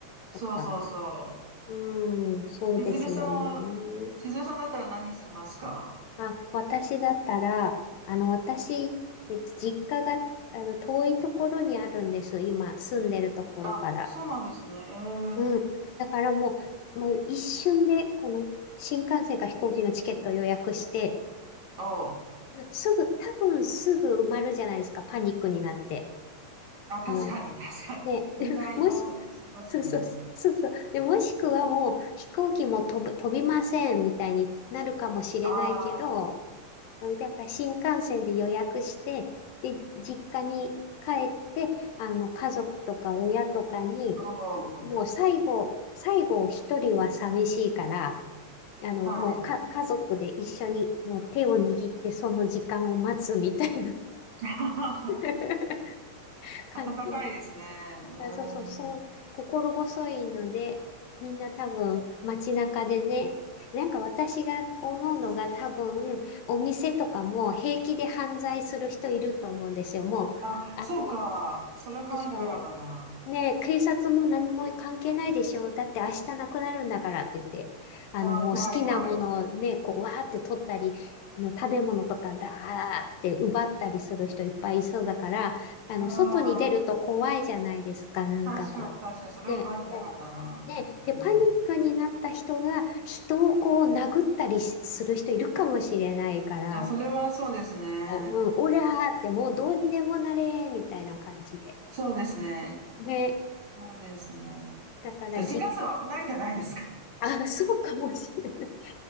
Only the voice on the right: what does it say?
そうそうそ
う。千鶴さんは、千鶴さんだったら何しますか
あ、そうなんですね。えー、
おう、
あ、確かに、
確かに。
みんな移動してますね。
あ
あ、
おう、
はい。
<laughs>
暖かいですね。えー、
あ、
そうか。それを考えてなかったな。
あー、
怖い、怖い。
ああ、
確かに、確かに、それを考えてなかったな。
うん。
あ、それはそうですね。
そうですね。
そうですね。
で新幹線は危ないじゃないですか。